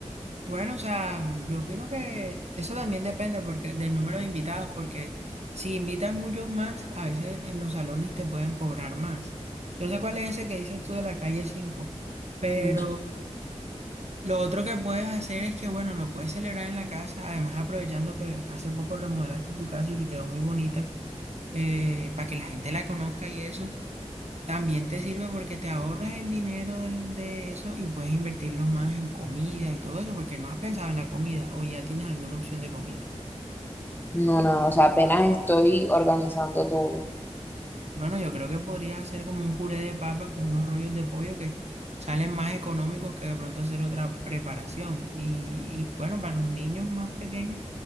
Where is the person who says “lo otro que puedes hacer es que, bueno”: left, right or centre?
Right